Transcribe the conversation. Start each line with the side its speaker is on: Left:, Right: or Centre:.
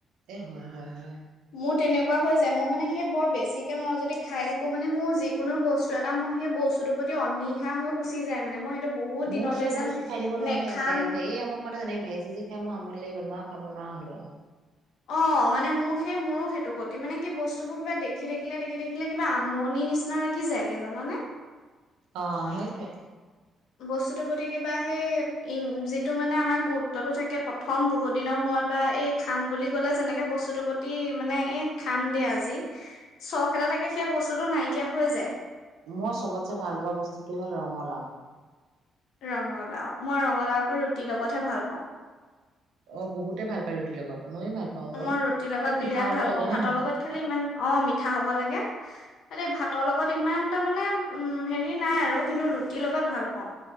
Right: এ হয় হয় হয়
Left: মোৰ তেনেকুৱা হৈ যায় মোৰ মানে সেই বৰ বেছিকৈ মই যদি খাই থাকোঁ মানে মোৰ যিকোনো বস্তু এটা মই সেই বস্তুটোৰ প্ৰতি অনীহা হৈ গুচি যায় মানে মই সেইটো বহুত
Right: মোৰ
Left: দিনলে
Right: চব
Left: যেন
Right: বস্তু খাই দিব নোৱাৰো
Left: নেখাম
Right: ন একেলেঠাৰিয়ে এই, এই ভাজি চাজি খাই মই আমনি লাগি গ'ল মই খাব নোৱাৰা হ'লো আৰু
Left: অঁ মানে মোৰ সেই মোৰো সেইটো গতি মানে কি বস্তুবোৰ কিবা দেখি দেখিলে দেখি থাকিলে কিবা আমনি নিচিনা লাগি যায়গৈ জাননে
Right: অঁ সেইটোৱে
Left: বস্তুতৰ প্ৰতি কিবা সেই ই যিটো মানে আমাৰ গুৰুত্বতটো থাকে প্ৰথম বহুত দিনৰ মূৰত বা এই খাম বুলি ক'লে যেনেকৈ বস্তুটোৰ প্ৰতি মানে এই খাম দে আজি চখ এটা থাকে সেই বস্তুটো নাই নাইকীয়া হৈ যায়
Right: মই চবতছে ভাল পোৱা বস্তুটো হ'ল ৰঙালাও
Left: ৰঙালাও মই ৰঙা ৰঙালাও আকৌ ৰুটি লগতহে ভাল পাওঁ
Right: অঁ বহুতে ভাল পায় ৰুটিৰ লগত ময়ো ভাল পাওঁ বাৰু।
Left: মই ৰুটিৰ লগত
Right: খালি মিঠা
Left: বিৰাট
Right: হ'ব
Left: ভাল
Right: লাগে
Left: পাওঁ ভাতৰ
Right: হয় নাই?
Left: লগত খালি ইমান অঁ মিঠা হব লাগে এই ভাতৰ লগত ইমান তাৰমানে উম হেৰি নাই আৰু কিন্তু ৰুটিৰ লগত ভাল পাওঁ